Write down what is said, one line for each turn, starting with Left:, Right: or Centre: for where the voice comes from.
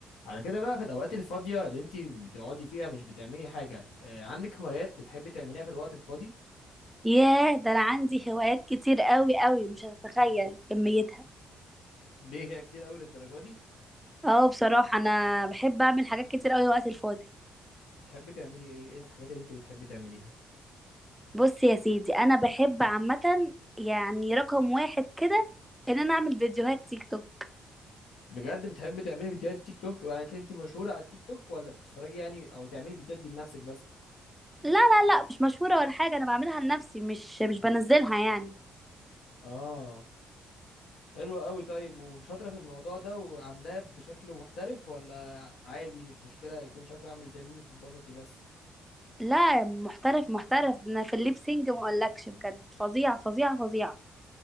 Left: على كده بقى في الأوقات الفاضية اللي أنت بتقعدي فيها مش بتعملي حاجة آه، عندك هوايات بتحبي تعمليها في الوقت الفاضي
Centre: ياه ده انا عندي هوايات كتير قوي قوي مش هتتخيل كميتها
Left: ليه هي كتير أوي للدرجة دي
Centre: اه بصراحة انا بحب اعمل حاجات كتير قوي وقت الفاضي
Left: بتحبي تعملي إيه إيه الحاجات اللي أنت بتحبي تعمليها
Centre: بص يا سيدي انا بحب عامة يعني رقم واحد كده ان انا اعمل فيديوهات تيك توك
Left: بجد بتحبي تعملي فيديوهات تيك توك يعني كده أنت مشهورة على التيك توك ولا بتتفرجي يعني أو تعملي فيديوهات دي لنفسك بس
Centre: لا لا لا مش مشهورة ولا حاجة انا بعملها لنفسي مش مش بنزلها يعني
Left: آه حلو أوي طيب وشاطرة في الموضوع ده وعاملاه بشكل محترف ولا عادي مش مشكلة يكون شكله عامل إزاي المهم تتبسطي بس
Centre: لا محترف محترف ده انا في الليبسينج ما اقولكش بجد فظيعة فظيعة فظيعة